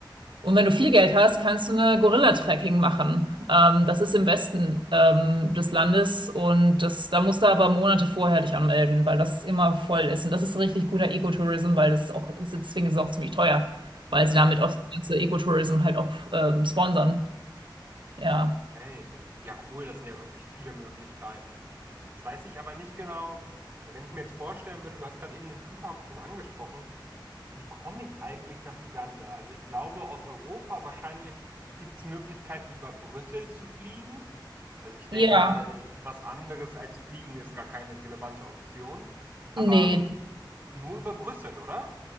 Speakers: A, on the right; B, on the right.
A: Und wenn du viel Geld hast, kannst du eine Gorilla-Trekking machen. Ähm, das ist im Westen ähm, des Landes und das, da musst du aber Monate vorher dich anmelden, weil das immer voll ist. Und das ist richtig guter Ecotourism, weil das ist auch, deswegen ist es auch ziemlich teuer, weil sie
B: Ja.
A: damit auch das ganze Ecotourism halt auch ähm, sponsern. Ja.
B: Hey, ja cool, das sind ja wirklich viele Möglichkeiten. Jetzt weiß ich aber nicht genau, wenn ich mir jetzt vorstellen würde, du hast gerade eben den Flughafen schon angesprochen, wie komme ich eigentlich nach Uganda? Also ich glaube, aus Europa wahrscheinlich gibt es Möglichkeiten, über Brüssel zu fliegen. Also ich denke
A: Ja.
B: mal, was anderes als fliegen ist gar keine relevante Option. Aber
A: Nee,
B: nur über Brüssel, oder?